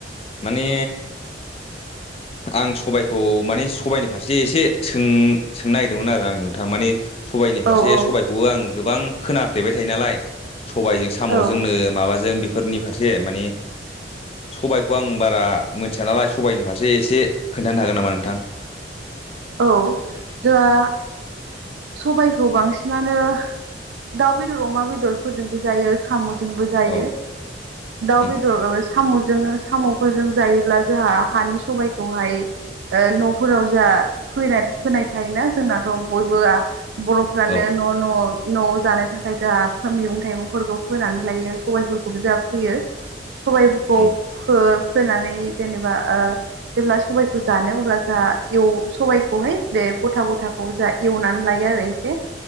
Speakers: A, on the left; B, on the right.
A: माने आं सबायखौ माने सबाइनि फारसे एसे सों सोंनो नागिरदोंमोन आरो आं नोंथाङा माने सबायाइनि फारसे
B: औ औ
A: सबायखौबो आं गोबां खोनाफ्लेबाय थायो नालाय, सबायजों साम'
B: औ
A: जोंनो माबाजों, फोरनि फारसे माने सबायखौ आं बारा मिथिया नालाय सबायाइनि फार फारसे एसे खोन्थानो हागोन नामा नोंथां?
B: औ दोंआ, सबायखौ बांसिनानो दाउ बेदर अमा बेदरफोरजोंबो जायो साम'स जोंबो जायो
A: औ
B: दाउ
A: उम
B: बेदर सामु जों जोङो साम'फोरजों जायोब्ला जोंहा हानि सबायखौहाय ओ न'फोराव जोंहा फोनाय थायोना जोंनाथ' बयबो बर'फ्रानो
A: औ
B: न' न' न'आव जानो थाखाय जोंहा मैगं थाइगंफोरखौ फोनानै लायो सबायफोरखौबो जोंहा फोयो। सबायफोरखौ
A: उम
B: फो फोनानै जेनेबा ओ जेब्ला सबायखौ जानो अब्ला जोंहा एव सबायखौहाय बे गथा गथाखौ जा एवनानै लायो आरो एसे